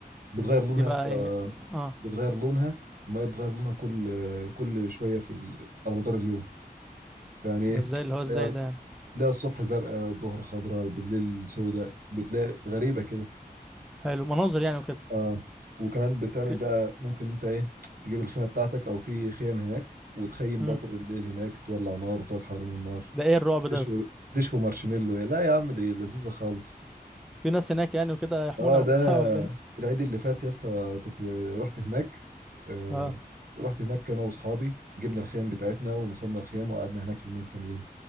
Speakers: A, on the right (about 65°); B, in the centre.
A: بتغير لونها
B: دي بقى
A: يا اسطى
B: ايه
A: آه،
B: اه
A: بتغير لونها الميه بتغير لونها كل آه، كل شويه في ال- على مدار اليوم يعني ايه
B: ده ازاي اللي هو ازاي
A: تلاقي
B: ده يعني
A: تلاقي الصبح زرقاء الظهر خضراء بالليل سوداء بتلاقي غريبه كده
B: حلو مناظر يعني وكده
A: اه وكمان بتعمل
B: في
A: بقى ممكن انت ايه تجيب الخيمه بتاعتك او في خيم هناك وتخيم
B: مم.
A: بقى طول الليل هناك تولع نار وتقعد حوالين النار
B: ده ايه الرعب ده
A: دشو
B: يا اسطى
A: دشو مارشميلو يا لا يا عم دي لذيذة خالص
B: في ناس هناك يعني وكده يحمونا
A: اه
B: وبتاع
A: ده انا
B: <laughs> ولا ايه
A: العيد اللي فات يا اسطى كنت رحت هناك آه
B: اه
A: رحت هناك انا واصحابي جبنا الخيام بتاعتنا ونصبنا الخيام وقعدنا هناك يومين كاملين